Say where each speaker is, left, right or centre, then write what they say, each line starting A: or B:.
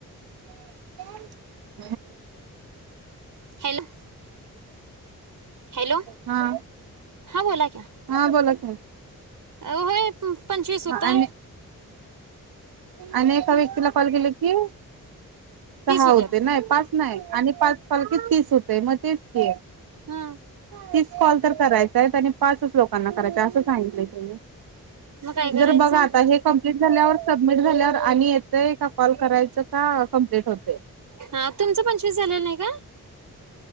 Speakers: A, on the right; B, on the right.
A: <inaudible>
B: हॅलो हॅलो
A: हा
B: हा बोला क्या
A: हा बोला की?
B: अ व्हय पंचवीस होता.
A: आणि आणि एका व्यक्तीला कॉल केले की,
B: तीस
A: सहा
B: होत्यात
A: होते नाय पाच नाय आणि पाच कॉल की तीस होतय म तेच की
B: हा
A: तीच कॉल तर करायच आहेत आणि पाचच लोकांना करायचाय असं सांगितलंय तिन
B: मग काय करायचं
A: जर बघा आता हे क केस झाल्यावरच सबमिट झाल्यावर आणि येतय का कॉल करायचं का कमप्लीट होतय.
B: हा तुमचं पंचवीस झालेलं नाही का